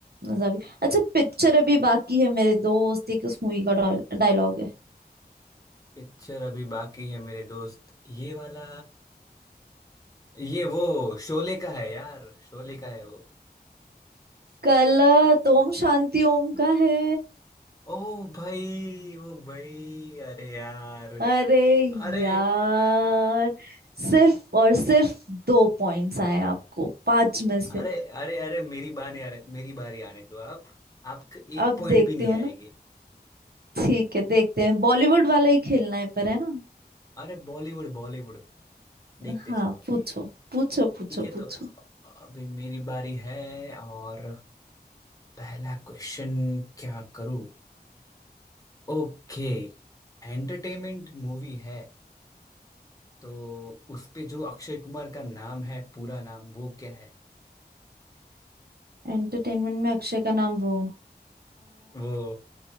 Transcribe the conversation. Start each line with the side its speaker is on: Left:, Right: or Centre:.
Right: मजा भी अच्छा पिक्चर अभी बाकी है मेरे दोस्त एक उस मूवी का डायलॉग है
Left: पिक्चर अभी बाकी है मेरे दोस्त ये वाला ये वो शोले का है यार शोले का है वो
Right: कल ओम शांति ओम का है
Left: ओ भाई ओ भाई अरे यार
Right: अरे
Left: अरे
Right: यार सिर्फ और सिर्फ दो पॉइंट्स आए आपको पांच में से
Left: अरे अरे अरे मेरी बारी आने मेरी बारी आने दो आप आपका एक
Right: अब
Left: पॉइंट
Right: देखती
Left: भी नहीं
Right: हूँ
Left: आएगी
Right: ना ठीक है देखते हैं बॉलीवुड वाला ही खेलना है पर है ना
Left: अरे बॉलीवुड बॉलीवुड देखते
Right: हाँ
Left: जाओ अभी
Right: पूछो पूछो पूछो
Left: ठीक है
Right: पूछो
Left: तो अभी मेरी बारी है और पहला क्वेश्चन क्या करूं ओके एंटरटेनमेंट मूवी है तो उस पे जो अक्षय कुमार का नाम है पूरा नाम वो क्या है
Right: एंटरटेनमेंट में अक्षय का नाम वो
Left: वो